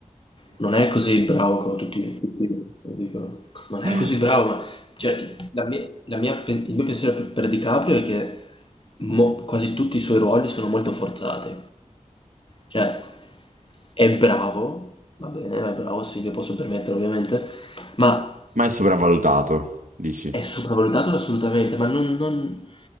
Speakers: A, on the left; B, on the right.
A: non è così bravo come tutti, tutti lo dicono. Non
B: <laughs>
A: è così bravo, ma cioè, la mia- la mia pe- il mio pensiero per, per DiCaprio è che mo- quasi tutti i suoi ruoli sono molto forzati. Cioè, è bravo, va bene, è bravo, sì, lo posso permettere ovviamente, ma
B: Ma è sopravvalutato, dici?
A: è sopravvalutato assolutamente, ma non, non-